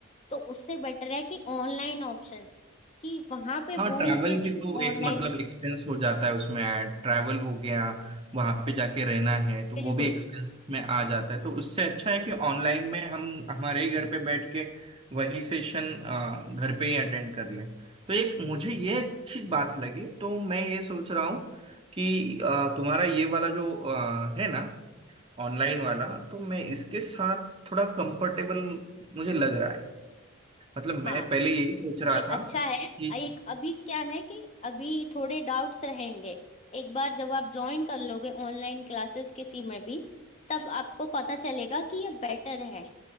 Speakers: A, on the left (about 30°); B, on the right (about 25°).
A: तो उससे बेटर है कि ऑनलाइन ऑप्शन कि वहां पे वो
B: हाँ ट्रैवल
A: इंस्टीट्यूट
B: भी तो एक
A: ऑनलाइन
B: मतलब एक्सपेंस हो जाता है उसमें ऐड ट्रैवल हो गया वहां पे जाके रहना है तो वो
A: बिल्कुल
B: भी एक्सपेंसेस में आ जाता है तो उससे अच्छा है कि ऑनलाइन में हम हमारे ही घर पे बैठ के वही सेशन घर पे ही अटेंड कर लें तो एक मुझे ये अच्छी बात लगी तो मैं ये सोच रहा हूँ कि अ, तुम्हारा ये वाला जो अ, है ना ऑनलाइन वाला तो मैं इसके साथ थोड़ा कंफर्टेबल मुझे लग रहा है मतलब मैं
A: हाँ
B: पहले यही सोच रहा
A: ये
B: था
A: अच्छा है
B: कि
A: एक अभी क्या है कि अभी थोड़े डाउट्स रहेंगे एक बार जब आप ज्वाइन कर लोगे ऑनलाइन क्लासेस किसी में भी तब आपको पता चलेगा कि ये बेटर है